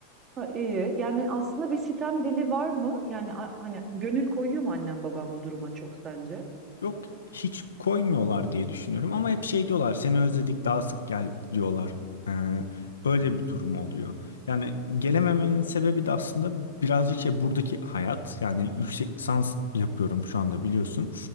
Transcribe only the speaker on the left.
Yok hiç koymuyorlar diye düşünüyorum ama hep şey diyorlar seni özledik daha sık gel diyorlar. Ee, öyle bir durum oluyor. Yani gelememenin sebebi de aslında birazcık şey buradaki hayat yani yüksek lisans yapıyorum şu anda biliyorsun.